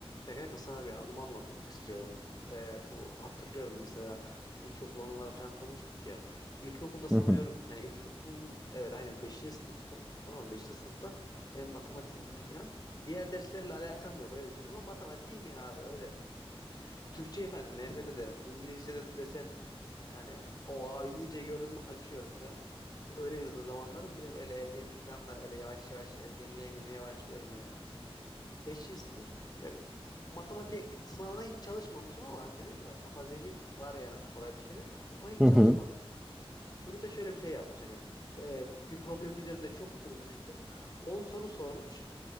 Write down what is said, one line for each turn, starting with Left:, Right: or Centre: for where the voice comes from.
Left: Ya kanka sana bir anımı anlatmak istiyorum. Ee, bu hatırlıyorum mesela ilkokul anıları falan konuştuk ya. İlkokulda sanıyorum
Centre: Hı hı.
Left: yani ilkokul evet aynen beşinci sınıftım. Tamam mı? 5. sınıfta benim matematiğim iyi falan. Diğer derslerle alakam yok öyle düşün ama matematiğim iyi abi öyle. Türkçeyi falan nefret ederim. İngilizce de desen yani o abi İngilizce gördüm mü kaçıyorum falan. Öyle bir zamanlarım bir de böyle ergenlik falan da öyle yavaş yavaş ergenliğe girmeye başlıyorum yani. beşinci sınıfım matematik sınavına hiç çalışmamışım ama hani dedim ya kafa zehir var yani kafada bir şeyler ama hiç
Centre: Hı
Left: çalışmadım.
Centre: hı.
Left: Hoca da şöyle bir şey yapmış hani e, bir problemin üzerinde çok durmuştu. 10 soru sormuş.